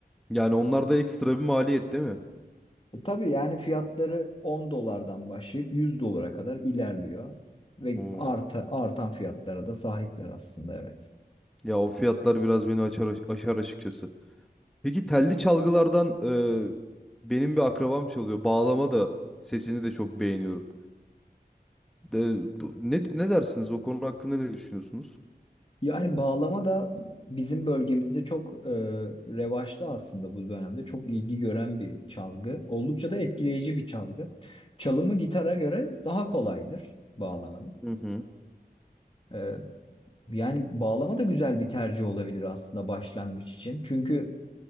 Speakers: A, in the centre; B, on the left.
A: Yani onlar da ekstra bir maliyet değil mi?
B: E, tabii yani fiyatları 10 dolardan başlayıp 100 dolara kadar ilerliyor ve
A: Oo.
B: arta, artan fiyatlara da sahipler aslında evet.
A: Ya o fiyatlar biraz beni açar, aşar açıkçası. Peki telli çalgılardan e, benim bir akrabam çalıyor. Bağlama da sesini de çok beğeniyorum. De- do- ne, ne dersiniz o konu hakkında ne düşünüyorsunuz?
B: Yani bağlama da bizim bölgemizde çok e, revaçta aslında bu dönemde. Çok ilgi gören bir çalgı. Oldukça da etkileyici bir çalgı. Çalımı gitara göre daha kolaydır bağlamanın.
A: Hı hı.
B: E, Yani bağlama da güzel bir tercih olabilir aslında başlangıç için. Çünkü